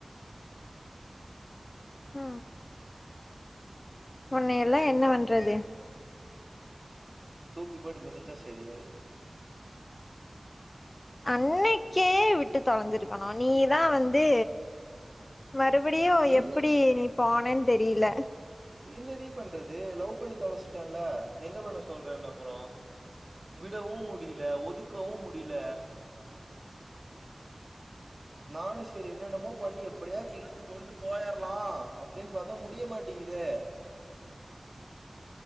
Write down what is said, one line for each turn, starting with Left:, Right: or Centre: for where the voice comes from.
Left: ஆ ஒன்னையெல்லா என்ன பண்றது
Right: தூக்கிப்போட்டு மிதிச்சா சரியாயிரு
Left: அன்னைக்கே விட்டு தொலைஞ்சிருக்கணு நீதா வந்து மறுபடியும்
Right: என்ன
Left: எப்டி நீ போனன்னு தெரியில
Right: என்னடி பண்றது லவ் பண்ணி தொலைச்சிடேன்ல என்ன பண்ண சொல்ற என்ன அப்பறோ விடவு முடியில ஒதுக்கவு முடியில நானு செரி என்னன்னமோ பண்ணி எப்படியாச்சு இழுத்து கொண்டுப்போயர்லா அப்டின்னு பாத்தா முடிய மாட்டேங்கி தே